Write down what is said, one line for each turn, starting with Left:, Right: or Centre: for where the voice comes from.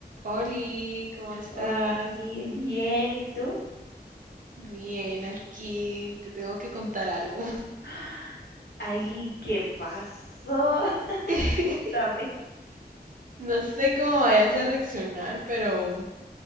Right: Oli, ¿cómo estás?
Left: Oh, bien, bien, ¿y tú?
Right: Bien, aquí te tengo que contar algo.
Left: ¡Ah! Ay, ¿qué pasó? <laughs>
Right: <laughs>
Left: Cuéntame.
Right: No sé cómo vayas a reaccionar, pero